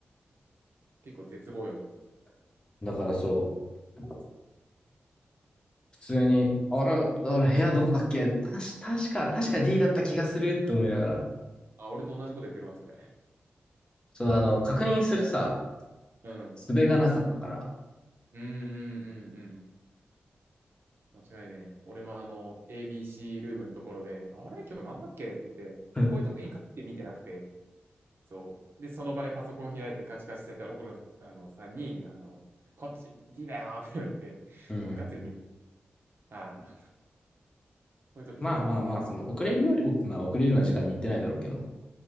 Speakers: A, on the right; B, on the left.
A: 結構絶望よな。う
B: だからそう、
A: ん
B: 普通に、あれ、あれ、部屋どこだっけたし、確か、確か D だった気がするって思いながら。
A: あ、俺と同じことやってるわ、それ。
B: そう、あの、確認するさ、
A: うん。
B: 術がなかったから。
A: うんうんうんうん。間違いねえ。俺もあの、ABC ルームのところで、あれ今日なんだっけって言って、
B: <laughs> うん
A: こういう時に限って見てなくて、そう。で、その場でパソコン開いてカチカチってやったら、奥野あのさんに、あの、こっち、D だよって言われて、
B: うん。
A: もうがっつり見る。ああ、こういう時に限って。
B: まあまあまあ、その遅れるより、おまあ遅れるような時間に行ってないだろうけど、